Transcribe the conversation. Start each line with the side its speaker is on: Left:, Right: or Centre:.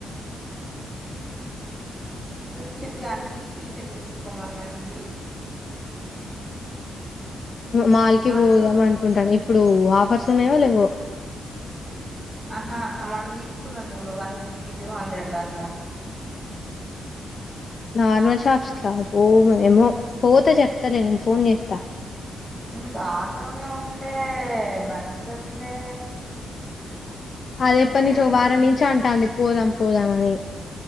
Centre: తు చిట్టి గానికి టీషర్ట్లు తీసుకోమన్న చి
Left: మాల్ కి
Centre: మనం
Left: పోదాం
Centre: చూస్
Left: అనుకుంటన్న ఇప్పుడు ఆఫర్స్ ఉన్నాయో లేవో
Centre: ఆహా మనం తీసుకున్నం చూడు వన్ ఫిఫ్టీ టూ హండ్రెడ్ ల అట్లా
Left: నార్మల్ షాప్స్ కా అబ్బో ఎమో, పోతే చెప్తలే నేను ఫోన్ చేత్తా
Centre: మీక్ ఆటోనే ఉండే బండ్ ఉండే
Left: అది ఎప్పటి
Centre: ఇంకే
Left: నుంచో
Centre: పని
Left: వారం నుంచి అంటాంది పోదాం పోదాం అని